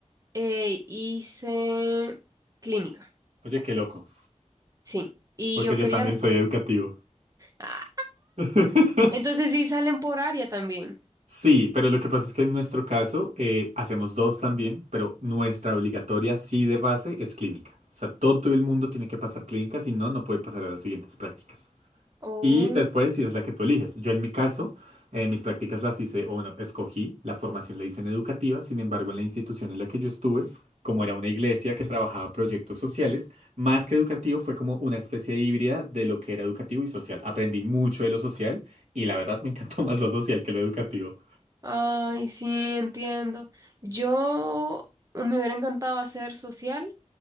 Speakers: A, on the right (about 30°); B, on the right (about 70°).
A: eh, hice clínica,
B: Oye, qué loco,
A: sí. Y
B: porque
A: yo
B: yo
A: quería...
B: también soy educativo.
A: Ah,
B: <laughs>
A: entonces, sí, salen por área también.
B: Sí, pero lo que pasa es que en nuestro caso eh, hacemos dos también, pero nuestra obligatoria sí de base es clínica. O sea, todo el mundo tiene que pasar clínica, si no, no puede pasar a las siguientes prácticas.
A: Oh.
B: Y después, si es la que tú eliges. Yo en mi caso, eh, mis prácticas las hice, o bueno, escogí, la formación la hice en educativa, sin embargo, en la institución en la que yo estuve, como era una iglesia que trabajaba proyectos sociales, más que educativo, fue como una especie de híbrida de lo que era educativo y social. Aprendí mucho de lo social y la verdad me encantó <laughs> más lo social que lo educativo.
A: Ay, sí, entiendo. Yo me hubiera encantado hacer social,